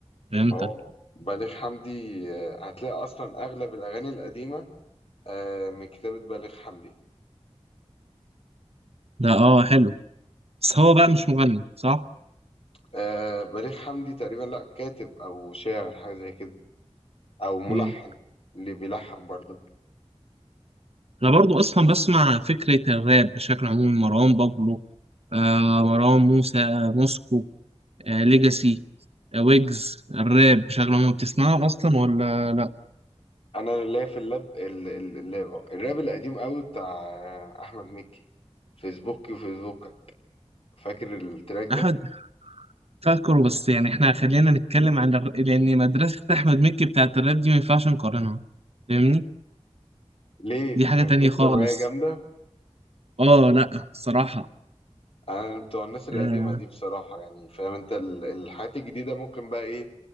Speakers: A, on the right; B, on the left.
A: فهمتك
B: فهو بليغ حمدي آه، هتلاقي أصلا أغلب الأغاني القديمة آه من كتابة بليغ حمدي
A: ده اه حلو بس هو بقى مش مغني صح
B: آه بليغ حمدي تقريبا لا كاتب أو شاعر حاجة زي كده أو ملحن
A: إيه.
B: اللي بيلحن برضه
A: انا برضو اصلا بسمع فكره الراب بشكل عمومي مروان بابلو آه مروان موسى موسكو آه ليجاسي ويجز الراب بشكل عام بتسمعه اصلا ولا لا
B: أنا اللي في اللاب ال- ال- اللاب آه. الراب القديم قوي بتاع آه، أحمد مكي فيسبوكي وفيسبوكك فاكر التراك ده
A: احمد فاكره بس يعني احنا خلينا نتكلم عن الر... لان مدرسة احمد مكي بتاعت الراب دي ما ينفعش نقارنها فاهمني
B: ليه
A: دي حاجة
B: من
A: تانية
B: كتر
A: خالص
B: ما هي جامدة
A: اه لا الصراحة
B: أنا بتوع الناس القديمة
A: آه.
B: دي بصراحة يعني فاهم أنت ال- الحاجات الجديدة ممكن بقى إيه